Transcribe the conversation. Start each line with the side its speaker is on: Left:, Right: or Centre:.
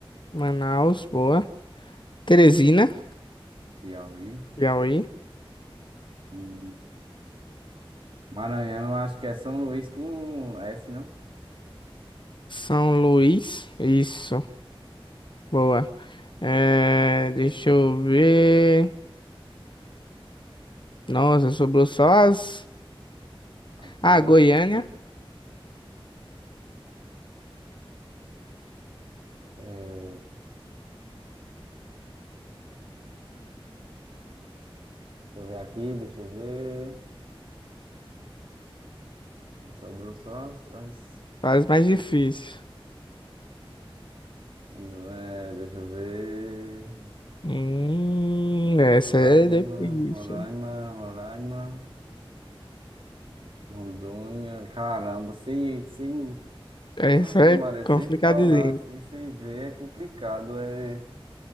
Left: Manaus, boa. Teresina,
Right: Piauí.
Left: Piauí.
Right: Hum, Maranhão, eu acho que é São Luís com S, não?
Left: São Luís. Isso. Boa. É, deixa eu ver. Nossa, sobrou só as.
Right: As boas.
Left: Ah, Goiânia.
Right: É, deixa eu ver aqui, deixa eu ver. Sobrou só as, as-
Left: Faz mais difícil.
Right: do- é, deixa eu ver.
Left: Hum, essa
Right: Roraima,
Left: é difícil.
Right: Roraima, Roraima. Rondônia, caramba, sem, sem,
Left: Essa
Right: Ave Maria,
Left: é
Right: sem
Left: complicadinha.
Right: falar assim, sem ver, é complicado, é...